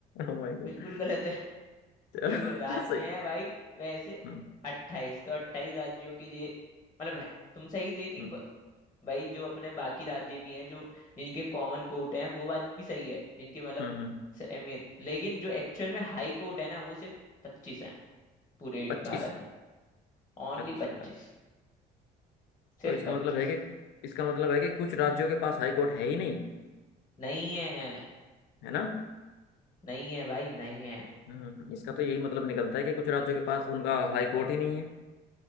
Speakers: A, on the left; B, on the left.
A: Oh my god
B: बिल्कुल गलत है <laughs>
A: चलो
B: देखो राज्य
A: सही
B: हैं भाई वैसे
A: हम्म
B: अट्ठाईस तो अट्ठाईस राज्यों के ये मतलब है तुम सही थे कि
A: हम्म,
B: ब- भाई जो अपने बाकी राज्य भी हैं जो जिनके कॉमन कोर्ट हैं वो बात भी सही है जिनके मतलब
A: हम्म, हम्म।
B: स- अहमियत लेकिन जो एक्चुअल में हाई कोर्ट है ना वो सिर्फ पच्चीस है पूरे
A: पच्चीस
B: भारत में ओनली
A: अच्छा
B: पच्चीस सिर्फ
A: तो इसका
B: पच्चीस
A: मतलब है कि इसका मतलब है कि कुछ राज्यों के पास हाई कोर्ट है ही नहीं
B: नहीं है
A: है ना
B: नहीं है भाई नहीं है
A: हम्म हम्म, हम्म। इसका तो यही मतलब निकलता है कि कुछ राज्यों के पास उनका हाई कोर्ट ही नहीं है